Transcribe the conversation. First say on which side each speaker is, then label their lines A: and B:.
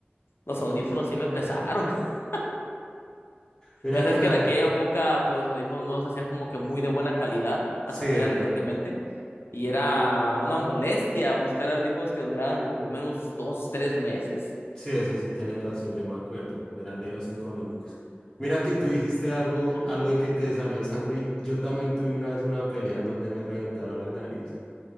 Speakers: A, on the left; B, on the left.
A: los audífonos sí me pesaron. <laughs>
B: Mira
A: Ya sabes
B: que me.
A: que
B: ha-
A: en aquella época, pues los audífonos no se hacían como que muy de buena calidad,
B: Sí,
A: hasta apenas
B: eran.
A: recientemente, y era una molestia buscar audífonos que duraran por lo menos dos, tres meses.
B: Sí, eso sí tienes razón, yo me acuerdo, eran de los económicos. Mira que tú dijiste algo,
A: Ujú.
B: algo de que te salió sangre. y Yo también tuve una vez una pelea en donde me reventaron la nariz.